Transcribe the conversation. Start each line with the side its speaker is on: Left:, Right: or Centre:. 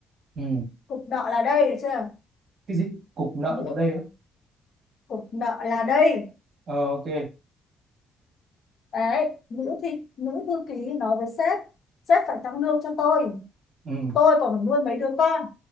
Right: ừ.
Left: cục nợ là đây được chưa
Right: cái gì cục nợ
Left: nữ
Right: ở đây á
Left: cục nợ là đây
Right: ờ ok
Left: đấy nữ thi nữ thư ký nói với sếp sếp phải tăng lương cho tôi
Right: <laughs> Ừ.
Left: tôi còn phải nuôi mấy đứa con